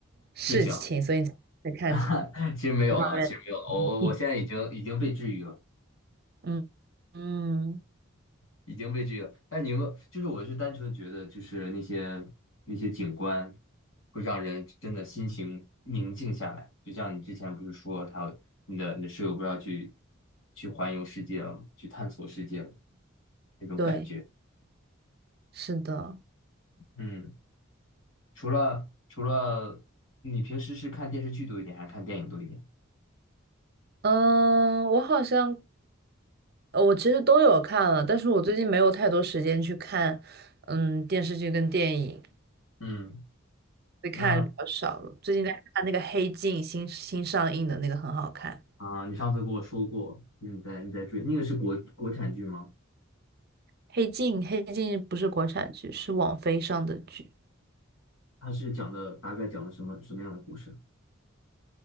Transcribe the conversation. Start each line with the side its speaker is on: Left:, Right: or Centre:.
Right: 事情，
Left: 是讲，
Right: 所以你才会看这
Left: <laughs> 其实没有了，
Right: 方面
Left: 其实没有了，我我我现在已经已经被治愈了。
Right: 的？<laughs> 嗯嗯，
Left: 已经被这个，但你们就是，我是单纯觉得，就是那些那些景观会让人真的心情宁静下来。就像你之前不是说他你的你的室友不是要去去环游世界了吗去探索世界了那种感觉。
Right: 对，是的，
Left: 嗯，除了除了你平时是看电视剧多一点，还是看电影多一点？
Right: 嗯，我好像呃我其实都有看了，但是我最近没有太多时间去看嗯电视剧跟电影，
Left: 嗯，
Right: 会看的比较少了最近在看那个《黑镜》新新上映的那个很好看。
Left: 那啊、你上次跟我说过你在你在追那个是国国产剧吗？
Right: 黑镜，黑镜不是国产剧，是网飞上的剧。
Left: 它是讲的大概讲的什么什么样的故事？